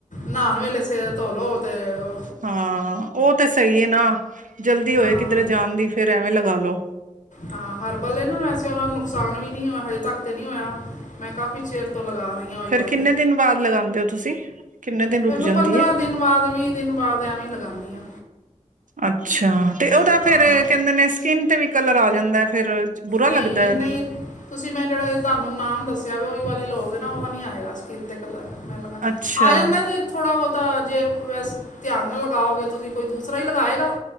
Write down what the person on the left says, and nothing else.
ਨਾਨ ਵੇਲੇ ਸੇਰ ਧੋਲੋ ਤੇ ਓ
ਹਾਂ
ਹਾਂ, ਹਰਬੱਲ ਏ ਨਾਂ ਵੈਸੇ ਓਦਾ ਨੁਕਸਾਨ ਵੀ ਨੀ ਓ ਹਜੇ ਤਕ ਤੇ ਨੀ ਹੋਇਆ। ਮੈਂ ਕਾਫ਼ੀ ਚੇਰ ਤੋਂ ਲਗਾ ਰੀ ਆਂ ਓਈ
ਵਾਲੀ।
ਫੇਰ ਮੈਂ
ਪੰਦਰਾਂ
ਦਿਨ ਬਾਦ, ਵੀ ਦਿਨ ਬਾਦ ਐਵੇਂ ਈ ਲਗਾਂਣੀ ਆਂ।
ਹਾਂ
ਨਈ
ਨਈ, ਤੁਸੀਂ ਮੈਂ ਜੇੜਾ ਤੁਆਨੂੰ ਨਾਮ ਦੱਸਿਆ ਵੇ ਓਈ ਵਾਲੀ ਲ‌ਓ ਗੇਨਾ ਓਦਾ ਨੀ ਆਏਗਾ। ਸਕਿਨ ਤੇ ਕਲਰ, ਮੈਂ ਲੱਗਾਣ--ਆ
ਜਾਂਦਾ ਤੇ ਥੋੜਾ ਬੋਤਾ ਜੇ ਵੈਸ ਧਿਆਨ ਨਾਲ ਲਗਾਓਗੇ ਤੁਸੀਂ ਕੋਈ ਦੂਸਰਾ ਈ ਲਗਾਏਗਾ।